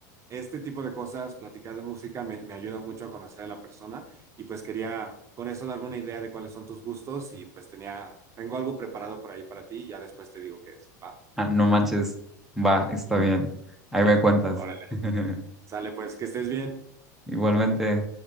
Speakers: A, on the right; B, in the centre.
A: este tipo de cosas, platicar de música, me, me ayuda mucho a conocer a la persona y pues quería con eso darme una idea de cuáles son tus gustos y pues tenía, tengo algo preparado por ahí para ti y ya después te digo qué es. Va,
B: ah, no manches. Va, está bien. Ahí me cuentas.
A: órale,
B: <laughs>
A: sale pues, que estés bien.
B: Igualmente.